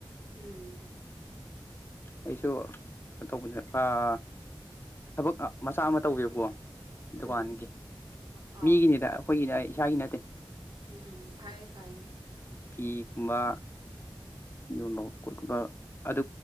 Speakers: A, on the right; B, on the left.
A: ꯎꯝ
B: ꯑꯩꯁꯨ ꯇꯧꯕꯅꯦ ꯑꯥ ꯊꯕꯛ ꯃꯆꯥ ꯑꯃ ꯇꯧꯒꯦꯕꯣ
A: ꯎꯝ
B: ꯗꯨꯀꯥꯟꯒꯤ
A: ꯑꯥ
B: ꯃꯤꯒꯤꯅꯤꯗ ꯑꯩꯈꯣꯏꯒꯤꯅꯦ ꯑꯩ ꯏꯁꯥꯒꯤ ꯅꯠꯇꯦ
A: ꯎꯝ ꯎꯝ ꯐꯩꯌꯦ ꯐꯩꯌꯦ
B: ꯐꯤ ꯀꯨꯝꯕ ꯌ